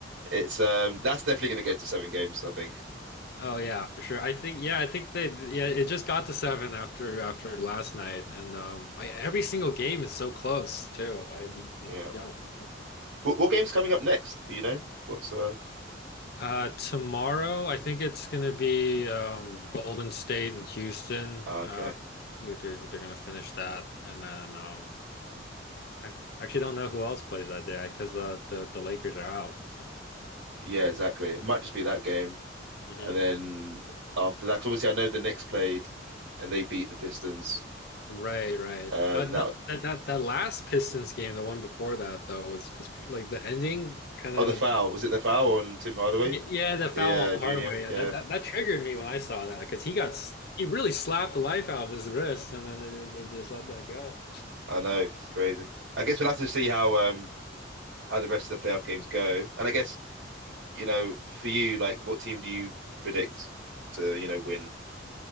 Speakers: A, on the right (about 75°); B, on the left (about 55°).
A: it's um that's definitely going to go to seven games, I think.
B: Oh yeah, for sure. I think yeah, I think they yeah, it just got to seven after after last night, and um, I, every single game is so close too. I you, you
A: Yeah.
B: gotta love it.
A: What, what game's coming up next? Do you know? What's uh?
B: Uh, tomorrow, I think it's gonna be um, Golden State and Houston.
A: ah, okay.
B: Uh, they're they're gonna finish that, and then um, I actually don't know who else plays that day because uh, the the Lakers are out. So
A: Yeah, exactly. It might just be that game.
B: hmm
A: And then after that, 'cause obviously I know the Knicks played and they beat the Pistons.
B: right, right.
A: And
B: Uh,
A: that
B: th that that that last Pistons game, the one before that though, was was pr- like the ending kind
A: oh
B: of
A: the foul. Was it the foul on Tim Hardaway?
B: yeah, the foul
A: Yeah,
B: on
A: Junior.
B: Hardaway. Yeah,
A: Yeah.
B: that that that triggered me when I saw that because he got s- he really slapped the life out of his wrist, and then they, they just let that go.
A: I know. It's crazy. I guess we'll have to see how um how the rest of the playoff games go. And I guess, you know, for you, like what team do you predict to, you know, win?